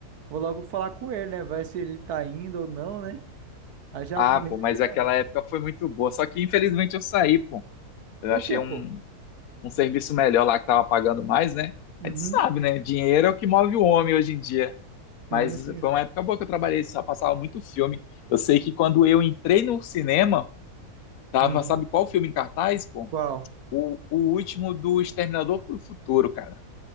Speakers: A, on the right; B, on the left.
A: vou logo falar com ele, né? Vai se ele tá indo ou não, né? Aí já
B: Ah,
A: me
B: pô,
A: lembrei,
B: mas
A: não.
B: aquela época foi muito boa. Só que infelizmente eu saí, pô. Eu
A: Por
B: achei
A: quê,
B: um,
A: pô?
B: um serviço melhor lá que tava pagando mais, né?
A: Uhum.
B: A gente sabe, né? Dinheiro é o que move o homem hoje em dia.
A: Sim,
B: Mas
A: sim.
B: foi uma época boa que eu trabalhei, só passava muito filme. Eu sei que quando eu entrei no cinema, tava,
A: Uhum.
B: sabe qual filme em cartaz, pô?
A: Qual?
B: O, o último do Exterminador do Futuro, cara.